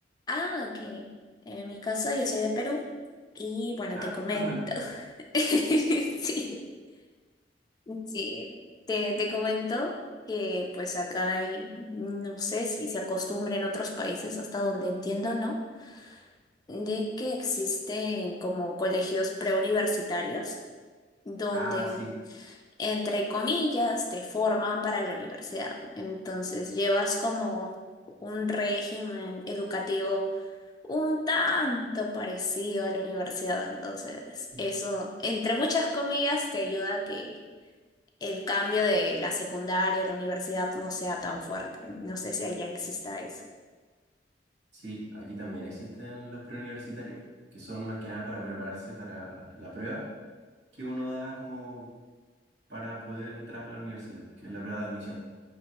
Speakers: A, on the left (about 20°); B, on the right (about 85°).
A: Ah, ok. En mi caso, yo soy de Perú y bueno,
B: Ah,
A: te comento.
B: estamos al lado.
A: <laughs> Sí. Sí, te, te comento que pues acá hay, no sé si se acostumbra en otros países, hasta donde entiendo, ¿no? De que existen como colegios preuniversitarios donde,
B: Ah, sí,
A: entre comillas, te forman para la universidad. Entonces llevas como un régimen educativo un tanto parecido a la universidad. Entonces
B: Sí.
A: eso, entre muchas comillas, te ayuda a que el cambio de la secundaria a la universidad no sea tan fuerte. No sé si allá exista eso.
B: sí, aquí también existen los preuniversitarios, que son más que nada para prepararse para la prueba que uno da como para poder entrar a la universidad, que es la prueba de admisión.